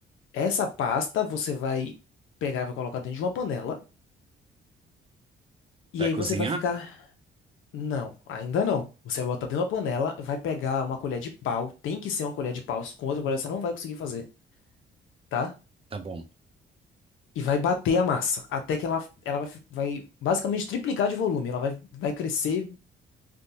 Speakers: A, on the left; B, on the right.
A: Essa pasta você vai pegar e vai colocar dentro de uma panela. E
B: Vai
A: aí
B: cozinhar?
A: você vai ficar. Não, ainda não. Você vai botar dentro da panela, vai pegar uma colher de pau. Tem que ser uma colher de pau. Com outra colher você não vai conseguir fazer, tá?
B: Tá bom.
A: E vai bater a massa. Até que ela, ela vai, vai basicamente triplicar de volume. Ela vai, vai crescer